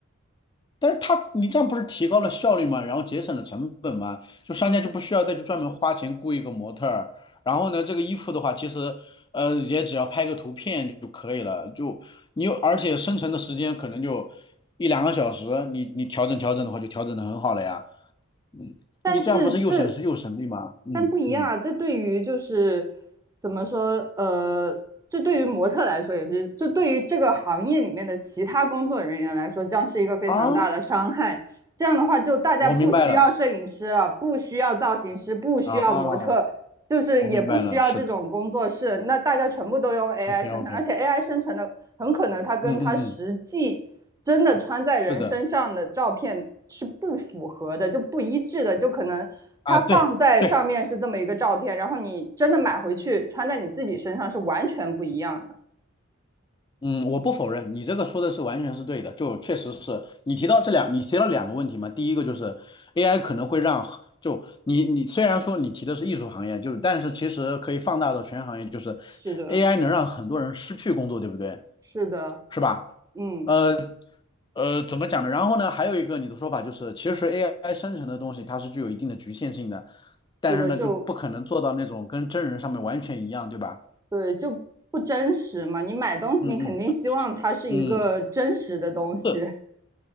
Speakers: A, on the left; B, on the right.
A: 但是他，你这样不是提高了效率吗？然后节省了成本吗？就商家就不需要再去专门花钱雇一个模特儿。然后呢，这个衣服的话，其实呃也只要拍个图片就可以了。就你有，而且生成的时间可能就一两个小时，你你调整调整的话，就调整的很好了呀。嗯，
B: 但是这，
A: 你这样不是又省时又省力吗？嗯嗯
B: 但不一样啊，这对于就是怎么说，呃，这对于模特来说也是，这对于这个行业里面的其他工作人员来说，将是一个非常大的伤害。
A: 啊，
B: 这样的话，就大家不需要摄影师了，
A: 我明白了
B: 不需要造型师，不需要模特，
A: 啊，
B: 就是也不需要这种工作室，
A: 我明白了，是的
B: 那大家全部都用 AI
A: ，OK
B: 生成，
A: OK，
B: 而且
A: 嗯
B: AI 生成的很可能它跟它实际。
A: 嗯嗯，
B: 真的穿在人身上的照片是不符合的，
A: 是的
B: 就不一致的，就可能它放在上面是这么一个照片，
A: 啊，对对。
B: 然后你真的买回去穿在你自己身上是完全不一样的。
A: 嗯，我不否认，你这个说的是完全是对的，就确实是你提到这两，你提到两个问题嘛，第一个就是 AI 可能会让，就你你虽然说你提的是艺术行业，就是但是其实可以放大到全行业，就是
B: 是的，
A: AI 能让很多人失去工作，对不对？
B: 是的，
A: 是吧？
B: 嗯，
A: 呃呃，怎么讲呢？然后呢，还有一个你的说法就是，其实 AI 生成的东西它是具有一定的局限性的，但是呢，
B: 是的，就
A: 就不可能做到那种跟真人上面完全一样，对吧？
B: 对，就不真实嘛。你买东西，
A: 嗯嗯
B: 你肯定希望它是一个真实的东西。
A: 嗯。是。
B: <laughs>